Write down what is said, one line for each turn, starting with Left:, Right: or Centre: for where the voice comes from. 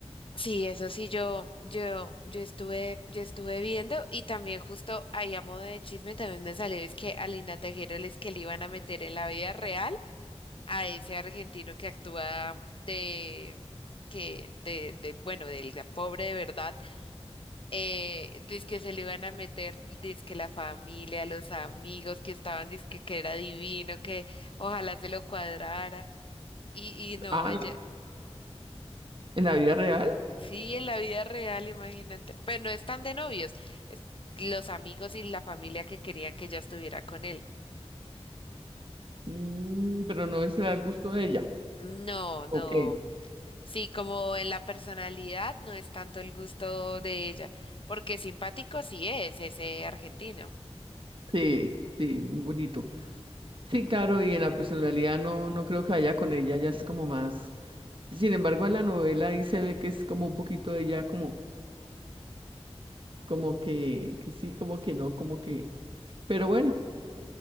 Left: Sí, eso sí, yo, yo, yo estuve, yo estuve viendo y también justo ahí a modo de chisme también me salió es que a Lina Tejero les que le iban a meter en la vida real a ese argentino que actúa de, que, de, de, bueno, del pobre de verdad Eh, que se le iban a meter, que la familia, los amigos que estaban, dizque que era divino, que ojalá se lo cuadrara. Y, y no,
Right: Ah,
Left: vaya,
Right: ¿en la en la vida real?
Left: sí, en la vida real, imagínate. Pero no están de novios, es los amigos y la familia que querían que ella estuviera con él.
Right: Mm, pero no, eso era el gusto de ella.
Left: No, no.
Right: Ok.
Left: Sí, como en la personalidad no es tanto el gusto de ella, porque simpático sí es ese argentino.
Right: Sí, sí, muy bonito. Sí, claro, y en la personalidad no, no creo que vaya con ella, ya es como más. Sin embargo, en la novela ahí se ve que es como un poquito de ella, como, como que, que sí, como que no, como que. Pero bueno,